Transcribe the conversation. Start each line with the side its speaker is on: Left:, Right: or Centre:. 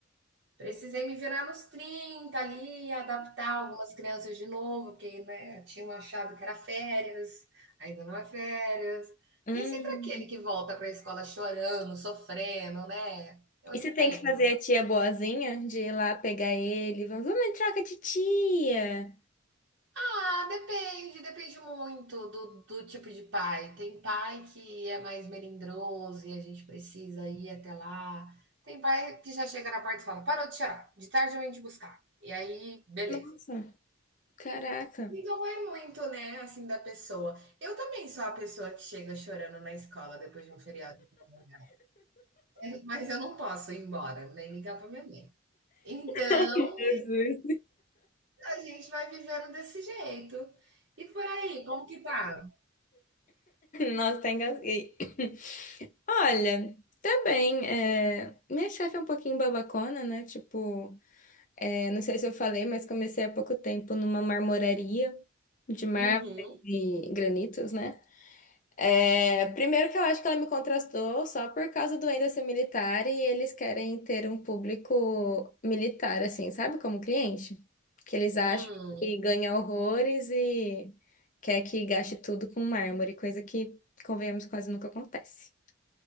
Right: Precisei me virar nos 30 ali, adaptar algumas crianças de novo, porque, né, tinham achado que era férias, ainda não é férias.
Left: hum.
Right: Tem sempre aquele que volta para a escola chorando, sofrendo, né? Eu
Left: E
Right: entendo.
Left: você tem que fazer a tia boazinha de ir lá pegar ele. Vamos vamos em troca de tia.
Right: Ah, depende, depende muito do, do tipo de pai. Tem pai que é mais melindroso e a gente precisa ir até lá. Tem pai que já chega na porta e fala: parou de chorar, de tarde eu venho te buscar. E aí, beleza.
Left: Nossa, caraca.
Right: Então vai muito, né, assim, da pessoa. Eu também sou a pessoa que chega chorando na escola depois de um feriado prolongado, eh, mas eu não posso ir embora, nem ligar para minha mãe. Então,
Left: <laughs> Jesus.
Right: a gente vai vivendo desse jeito. E por aí, como que tá?
Left: Nossa, tá engasguei. <coughs> Olha, tá bem. é, Minha chefe é um pouquinho babacona, né? Tipo, é, não sei se eu falei, mas comecei há pouco tempo numa marmoraria de mármore
Right: Uhum.
Left: e granitos, né? É, Primeiro que eu acho que ela me contrastou só por causa do ainda ser militar e eles querem ter um público militar, assim, sabe? Como cliente. Que eles acham
Right: Hum.
Left: que ganha horrores e quer que gaste tudo com mármore, coisa que, convenhamos, quase nunca acontece.